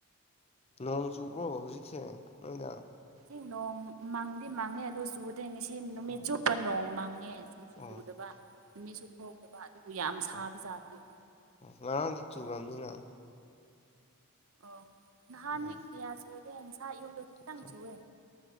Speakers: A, on the left; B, on the right.
A: ꯅꯣꯡ ꯆꯨꯕ꯭ꯔꯣ ꯍꯧꯖꯤꯛꯁꯦ ꯅꯣꯏꯗ
B: ꯉ ꯅꯣꯡ ꯃꯥꯡꯗꯤ ꯃꯥꯡꯉꯦ ꯑꯗꯨꯗꯣ ꯆꯨꯗꯦ ꯉꯁꯤ ꯅꯨꯃꯤꯠ
A: ꯑꯣ
B: ꯆꯨꯞꯄ ꯅꯣꯡ ꯃꯥꯡꯉꯦ ꯃꯆꯨꯁꯨ
A: ꯑꯣ
B: ꯆꯨꯗꯕ ꯅꯨꯃꯤꯠꯁꯨ ꯊꯣꯡꯗꯕ ꯑꯗꯨꯕꯨ ꯌꯥꯝ
A: ꯑꯠꯆꯥ
B: ꯁꯥꯕ ꯖꯥꯠꯇꯣ
A: ꯉꯔꯥꯡꯗꯤ ꯆꯨꯔꯕꯅꯤꯅ
B: ꯑꯣ ꯅꯍꯥꯟꯗꯤ
A: ꯑꯣ
B: ꯀꯌꯥ ꯆꯨꯗꯦ ꯅꯁꯥ ꯌꯌꯧꯗꯣ ꯈꯤꯇꯪ
A: ꯑꯠꯆꯥ
B: ꯆꯨꯑꯦ꯫